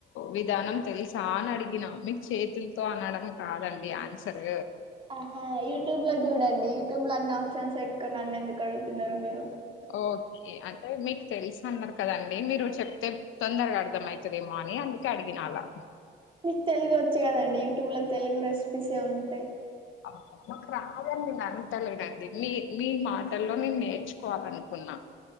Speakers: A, on the left; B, on the right.
A: విధానం తెలుసా అని అడిగిన మీక్ చేతులతో అనడం కాదండి ఆన్సర్
B: ఆహా యూట్యూబ్ లో చూడండి యూట్యూబ్ లో అన్ని ఆప్షన్స్ పెట్టుకుని నన్నెందుకడుగుతున్నరు మీరు
A: ఓ కే అంటే మీకు తెలుసు అన్నారు కదండి మీరు చెప్తే తొందరగా అర్థం అయితదేమో అని అందు కడిగినాలా
B: మీకు తెలుగు వచ్చు కదండి యూట్యూబ్లో తెలుగు రెసిపీస్ ఏ ఉంటయి
A: అందరు మాకు రాదని నేను అంటలేనండి మీ మీ మాటల్లో నేను నేర్చుకోవాలనుకున్నా